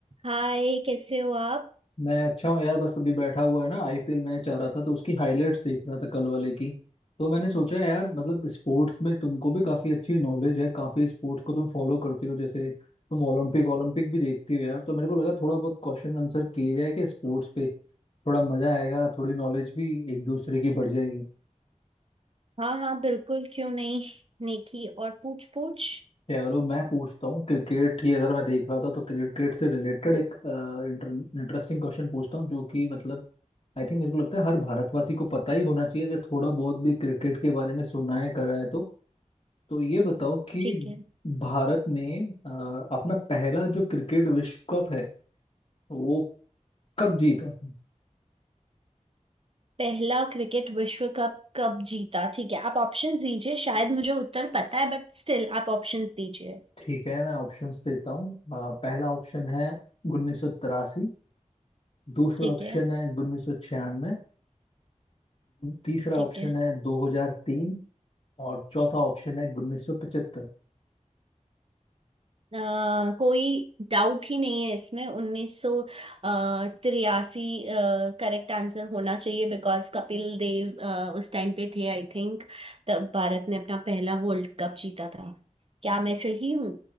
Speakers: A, on the right (about 45°); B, on the left (about 45°).
A: हाय कैसे हो आप
B: मैं अच्छा हूँ यार बस अभी बैठा हुआ है ना आईपीएल मैच आ रहा था तो उसकी हाइलाइट्स देख रहा था कल वाले की तो मैंने सोचा यार मतलब स्पोर्ट्स में तुमको भी काफी अच्छी नॉलेज है काफी स्पोर्ट्स को तुम फॉलो करते हो जैसे तुम ओलंपिक ओलंपिक भी देखती हो यार तो मेरे को लगा थोड़ा बहुत क्वेश्चन आंसर किए जाए कि स्पोर्ट्स पे थोड़ा मजा आएगा थोड़ी नॉलेज भी एक दूसरे की बढ़ जाएगी
A: हाँ हाँ बिल्कुल क्यों नहीं नेकी और पूछ पूछ
B: चलो मैं पूछता हूँ क्रिकेट ही अगर मैं देख रहा था तो क्रिकेट से रिलेटेड एक इंटरेस्टिंग क्वेश्चन पूछता हूँ जो कि मतलब आई थिंक मेरे को लगता है हर भारतवासी को पता ही होना चाहिए अगर थोड़ा बहुत भी क्रिकेट के बारे में सुना है करा है तो तो ये बताओ कि
A: ठीक है
B: भारत ने अ, अपना पहला जो क्रिकेट विश्व कप है वो कब जीता था
A: पहला क्रिकेट विश्व कप कब जीता ठीक है आप ऑप्शन दीजिए शायद मुझे उत्तर पता है बट स्टिल आप ऑप्शन दीजिए
B: ठीक है मैं ऑप्शंस देता हूँ अ, पहला ऑप्शन है उन्नीस सौ तिरासी दूसरा
A: ठीक
B: ऑप्शन
A: है
B: है उन्नीस सौ छियानवे तीसरा
A: ठीक
B: ऑप्शन
A: है
B: है 2003 और चौथा ऑप्शन है उन्नीस सौ पचहत्तर
A: अ, कोई डाउट ही नहीं है इसमें उन्नीस सौ तिरासी करेक्ट आंसर होना चाहिए बिकॉज कपिल देव अ, उस टाइम पे थे आई थिंक तब भारत ने अपना पहला वर्ल्ड कप जीता था क्या मैं सही हूँ